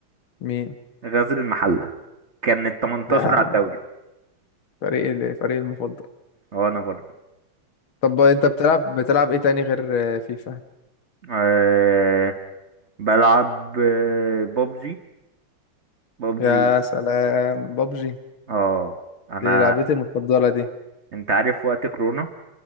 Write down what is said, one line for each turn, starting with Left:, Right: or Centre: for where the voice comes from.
Left: مين
Right: غزل المحله كان ال 18
Left: يا
Right: على الدوري
Left: فريق الفريق المفضل
Right: اه انا برضه
Left: طب انت بتلعب بتلعب ايه تاني غير فيفا
Right: برضه بلعب بابجي بابجي
Left: يا سلام بابجي
Right: اه انا
Left: دي لعبتي المفضلة دي
Right: انت عارف وقت كورونا